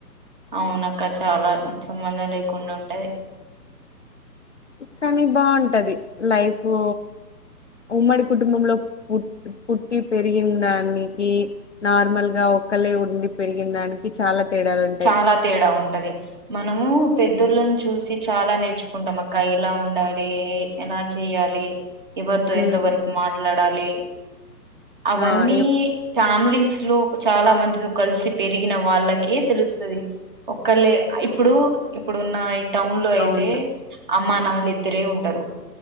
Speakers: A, on the right; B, on the left.
A: అవున అక్క చాలా సంబంధం లేకుండా ఉన్ టాయ్
B: కానీ బావుంటది. లైఫూ ఉమ్మడి కుటుంబంలో పు పుట్టి, పెరిగిన్ దానికి. నార్మల్ గా ఒక్కల్లె ఉండి పెరిగిన్ దానికి చాలా తేడాలు ఉంటాయి
A: చాలా తేడా ఉంటది. మనము పెద్ధోళ్ళన్ చూస్ సి చాలా నేర్చుకుంటాం అక్క. ఎలా ఉండాలి ఏ ఎలా చేయాలి. ఎవరితో
B: ఉమ్
A: ఎంతవరక్ మాట్లాడ్ డాలి అవన్నీ
B: ఆ ఏ
A: ఫ్యామిలీస్ లో చాలా మందితో కలిసి పెరిగిన వాళ్ళకే తెలుస్ స్తది ఒక్కల్లె ఇప్పుడు ఇప్పుడున్న ఏ టౌన్ లో అయితే
B: అవును
A: అమ్మా నాళ ఇద్దరే ఉంటరు